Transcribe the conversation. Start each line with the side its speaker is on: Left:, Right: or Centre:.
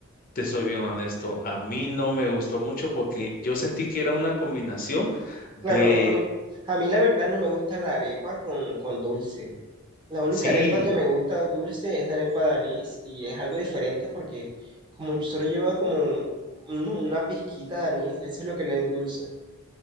Left: te soy bien honesto, a mí no me gustó mucho porque yo sentí que era una combinación de,
Right: Claro, a mí, a mí la verdad no me gusta la arepa con, con dulce. La única
Left: sí,
Right: arepa que me gusta dulce es la arepa de anís y es algo diferente porque como solo lleva como un- una pizquita de anís, eso es lo que le endulza.